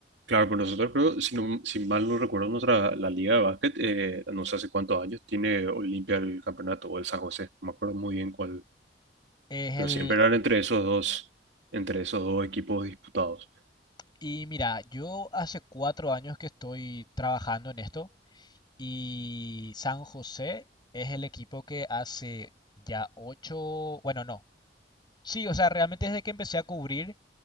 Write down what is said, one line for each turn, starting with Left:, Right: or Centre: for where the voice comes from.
Right: Claro, pues nosotros creo, si, no- si mal no recuerdo, nuestra, la liga de básquet, eh, no sé hace cuántos años, tiene Olimpia el campeonato o el San José, no me acuerdo muy bien cuál,
Left: Es
Right: pero
Left: el...
Right: siempre eran entre esos dos, entre esos dos equipos disputados.
Left: Y mira, yo hace cuatro años que estoy trabajando en esto y San José es el equipo que hace ya ocho, bueno, no, Sí, o sea, realmente desde que empecé a cubrir